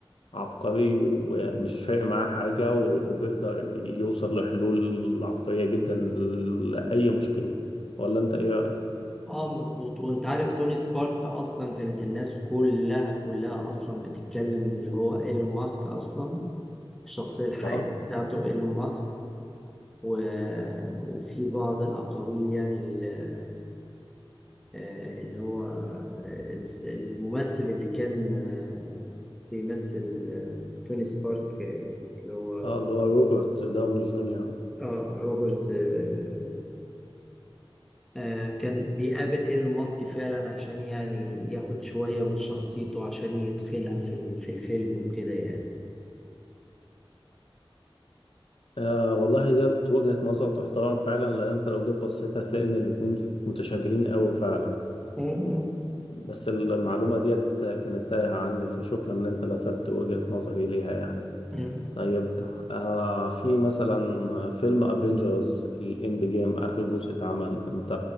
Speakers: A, on the left; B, in the centre.
A: عبقري ومش فارق معاه حاجة و- وبيقدر يوصل لحلول عبقرية جدا لأي مشكلة ولا أنت إيه رأيك؟
B: اه مظبوط وانت عارف توني سبارك اصلا كانت الناس كلها كلها اصلا بتتكلم اللي هو ايلون ماسك اصلا الشخصية الحقيقية
A: آه
B: بتاعته ايلون ماسك و... وفي بعض الاقاويل يعني ال- آه، اللي هو آه، الممثل اللي كان آه، بيمثل آه، توني سبارك آه، اللي هو
A: آه اللي هو روبرت داوني جونيور
B: اه روبرت آه، آه، كان بيقابل ايلون ماسك فعلا عشان يعني ياخد شوية من شخصيته عشان يدخلها في ال- في الفيلم وكده يعني
A: آه والله ديت وجهة نظر تحترم فعلا لأن أنت لو جيت بصيت هتلاقي إن الاتنين متشابهين أوي فعلا
B: مم.
A: بس المعلومة ديت كانت تايهة عني فشكرا إن أنت لفتت وجهة نظري ليها يعني
B: مم.
A: طيب آه في مثلا فيلم افنجرز الاند جيم اخر جزء اتعمل انت